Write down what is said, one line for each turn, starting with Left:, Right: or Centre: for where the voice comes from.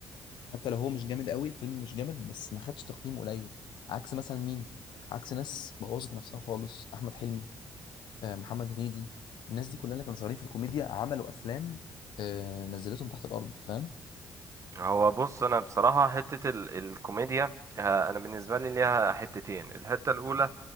Left: حتى لو هو مش جامد قوي الفيلم مش جامد بس ما خدش تقييم قليل عكس مثلا مين عكس ناس بوظت نفسها خالص احمد حلمي آه، محمد هنيدي الناس دي كلها اللي كانوا شغالين في الكوميديا عملوا افلام آه، نزلتهم تحت الارض فاهم
Right: هو بص انا بصراحه حته ال الكوميديا آه، انا بالنسبه لي ليها حتتين الحته الاولى